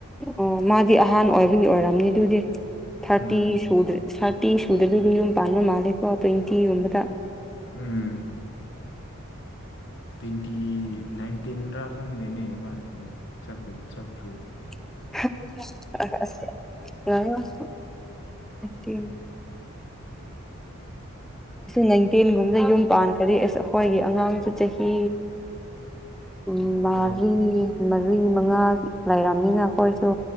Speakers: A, in the centre; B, on the left.
A: ꯑꯣ ꯃꯥꯗꯤ ꯑꯍꯥꯟ ꯑꯣꯏꯕꯒꯤ ꯑꯣꯏꯔꯝꯅꯤ ꯑꯗꯨꯗꯤ ꯊꯥꯔꯇꯤ
B: ꯎꯝ
A: ꯁꯨꯗ꯭ꯔꯦ ꯊꯔꯇꯤ ꯁꯨꯗꯕꯤꯗ ꯌꯨꯝ ꯄꯥꯟꯕ ꯃꯥꯜꯂꯦꯀꯣ ꯇ꯭ꯋꯦꯟꯇꯤꯒꯨꯝꯕꯗ
B: ꯎꯝ ꯇ꯭ꯋꯦꯟꯇꯤ ꯅꯥꯏꯟꯇꯤꯟꯔꯥ ꯈꯪꯗꯦꯅꯦ ꯃꯥꯖꯦ ꯆꯥꯞꯈ꯭ꯔꯤ ꯆꯥꯞꯈ꯭ꯔꯤꯗꯣ
A: <unintelligible> ꯑꯩꯣꯏ ꯅꯟꯇꯒ ꯑꯗ ꯌꯨꯝ ꯄꯥꯟꯈꯗꯤ ꯑꯁ ꯑꯩꯈꯣꯏꯒꯤ ꯑꯉꯥꯡꯁꯨ ꯆꯍꯤ ꯎ ꯃꯔꯤ
B: ꯇꯔꯨꯛ
A: ꯃꯔꯤ ꯃꯉꯥ ꯂꯩꯔꯝꯅꯤꯅ ꯑꯩꯈꯣꯏꯁꯨ